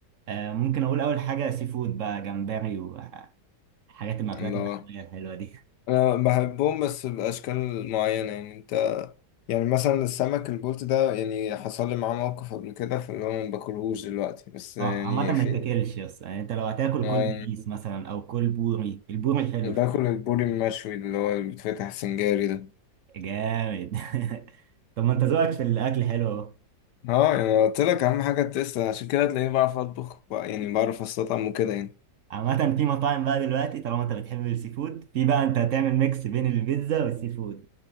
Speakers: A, on the right; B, on the left.
A: آه ممكن اقول اول حاجه سي فود بقى جمبري وحاجات المأكولات
B: الله
A: البحريه الحلوه دي
B: انا بحبهم بس باشكال معينة يعني يعني مثلا السمك البلطي ده يعني حصل لي معاه موقف قبل كده فاللي هو ما باكلهوش دلوقتي بس يعني
A: اه عامه ما
B: في
A: يتاكلش بس يعني انت لو هتاكل
B: آه
A: كل بيس
B: يعني
A: مثلا او كل بوري البوري حلو
B: باكل
A: شويه
B: البوري المشوي اللي هو اللي بيتفتح سنجاري ده
A: جامد <laughs> طب ما انت ذوقك في الاكل حلو اهو
B: اه يعني أنا قلت لك اهم حاجه التست عشان كده تلاقيني بعرف اطبخ بقى- يعني بعرف استطعم وكده يعني
A: عامه في مطاعم بقى دلوقتي طالما انت بتحب السي فود في بقى انت هتعمل ميكس بين البيتزا والسي فود